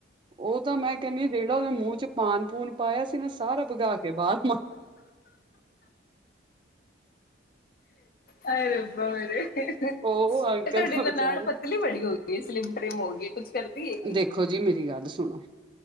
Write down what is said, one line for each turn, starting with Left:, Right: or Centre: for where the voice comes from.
Right: ਉਹ ਤਾਂ ਮੈਂ ਕਹਿੰਨੀ ਆ ਜਿਹੜਾ ਉਹਦੇ ਮੂੰਹ ਚ ਪਾਨ ਪੂਨ ਪਾਇਆ ਸੀ ਨਾ ਸਾਰਾ ਭਗਾ ਕੇ ਬਾਹ
Left: ਹਾਏ ਰੱਬਾ ਮੇਰੇ ਤੁਹਾਡੇ
Right: ਉਹ ਅੰਕਲ ਦਾ
Left: ਨਨਾਣ
Right: ਵਿਚਾਰੇ
Left: ਪਤਲੀ ਬੜੀ ਹੋ ਗਈ ਸਲਿਮ ਟ੍ਰਿਮ ਹੋ ਗਈ ਕੁਝ ਕਰਦੀ ਹੈਗੀ
Right: ਦੇਖੋ ਜੀ ਮੇਰੀ ਗੱਲ ਸੁਣੋ